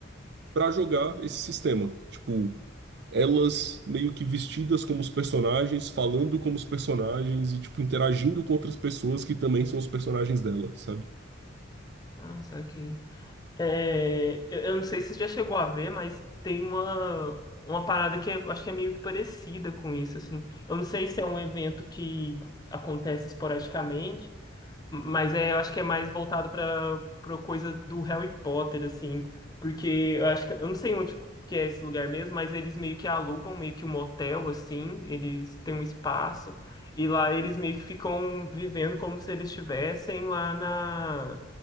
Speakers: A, on the right; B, on the left.
A: pra jogar esse sistema. Tipo, elas meio que vestidas como os personagens, falando como os personagens e, tipo, interagindo com outras pessoas que também são os personagens dela, sabe?
B: Nossa, aqui. É, eu, eu não sei se você já chegou a ver, mas tem uma, uma parada que eu acho que é meio parecida com isso, assim. Eu não sei se é um evento que acontece esporadicamente, Mas é, eu acho que é mais voltado para para coisa do Harry Potter, assim, porque eu acho que eu não sei onde que é esse lugar mesmo, mas eles meio que alugam meio que um hotel, assim, eles têm um espaço e lá eles meio que ficam vivendo como se eles estivessem lá na